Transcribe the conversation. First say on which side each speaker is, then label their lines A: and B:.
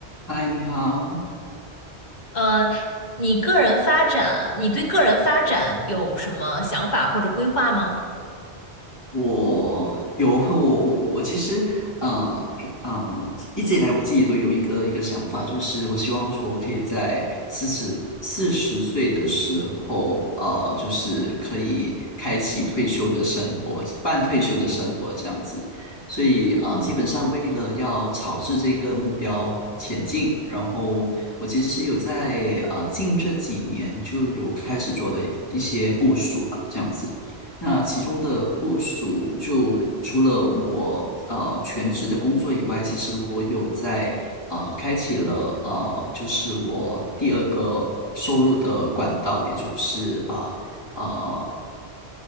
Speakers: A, on the left; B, on the left.
A: 嗨，你好。
B: 呃，你个人发展，你对个人发展有什么想法或者规划吗？
A: 我有和我我我我其实呃呃，一直以来我自己都有一个一个想法，就是我希望说我可以在四十四十岁的时候，呃，就是可以开启退休的生活，半退休的生活这样子。所以呃，基本上为了要朝着这个目标前进，然后我其实有在啊、呃近这几年就有开始做了一些部署了，这样子。那其中的部署，就除了我呃全职的工作以外，其实我有在呃开启了呃，就是我第二个收入的管道，也就是啊呃，呃